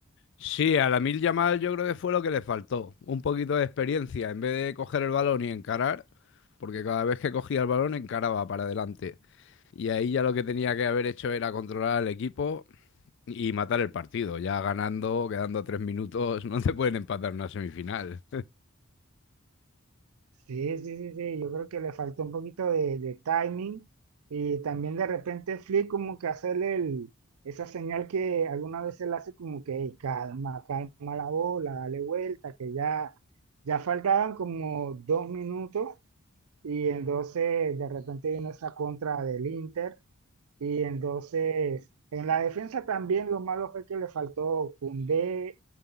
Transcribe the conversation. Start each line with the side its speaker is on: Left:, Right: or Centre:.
Left: Sí, a la mil Yamal yo creo que fue lo que le faltó, un poquito de experiencia, en vez de coger el balón y encarar, porque cada vez que cogía el balón encaraba para adelante. Y ahí ya lo que tenía que haber hecho era controlar al equipo Y matar el partido, ya ganando, quedando tres minutos, <laughs> no te pueden empatar una semifinal.
Right: Sí, sí, sí, sí, yo creo que le faltó un poquito de, de timing y también de repente Flick como que hacerle el, esa señal que alguna vez él hace como que "Ey, calma, calma la bola, dale vuelta, que ya, ya faltaban como dos minutos y entonces de repente vino esa contra del Inter y entonces, en la defensa también lo malo fue que le faltó Koundé